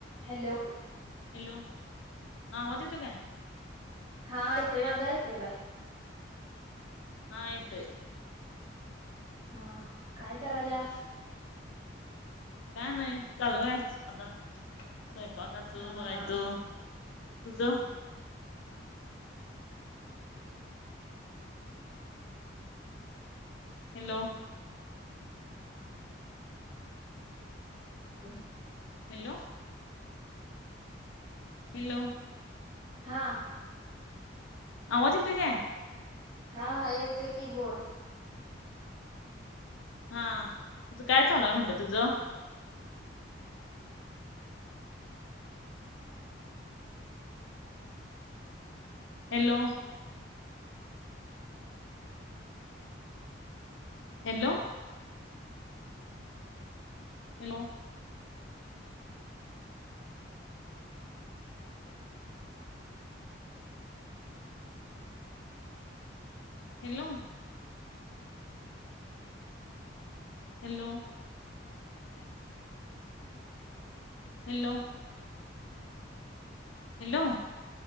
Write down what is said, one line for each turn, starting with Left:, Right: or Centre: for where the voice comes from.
Right: Hello.
Left: Hello. हां आवाज येतोय काय?
Right: हा येतोय. माझा येतोय काय?
Left: हा येतोय.
Right: हा. काय करायल्या?
Left: काय नाही. चाल्लय आता स्वयपाकाच
Right: हा
Left: बघायच.
Right: हा
Left: तुझ? हॅलो.
Right: ह.
Left: हॅलो. हॅलो.
Right: हा.
Left: आवाज येतोय काय?
Right: हा. हा येतोय की बोल.
Left: हा. तुझं काय चालूय म्हंटलं तुझं? Hello. Hello. Hello. Hello. Hello. Hello. - Hello.